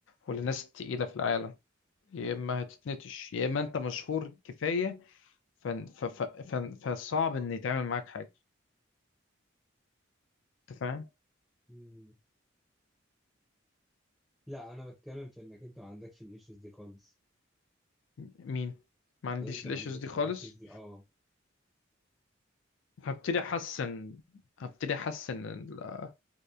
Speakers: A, on the left; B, in the centre.
A: وللناس التقيلة في العالم يا إما هتتنتش يا إما أنت مشهور كفاية ف... ف... ف... ف... فصعب إن يتعمل معاك حاجة أنت فاهم
B: مم. لا انا بتكلم في انك انت ما عندكش الايشوز دي خالص
A: مين ما عنديش
B: انت
A: الإيشوز
B: ما عندكش
A: دي خالص
B: الايشوز دي اه
A: هبتدي احسن هبتدي احسن ال-